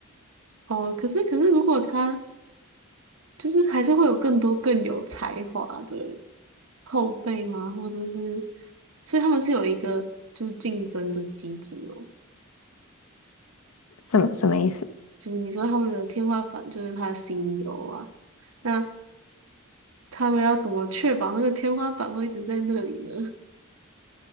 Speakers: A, on the right; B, on the left.
A: 哦，可是可是，如果他就是还是会有更多更有才华的后辈吗？或者是，所以他们是有一个就是竞争的机制哦，
B: 什么什么意思？
A: 就是你说他们的天花板就是他的 CEO 啊。那他们要怎么确保那个天花板会一直在那里呢？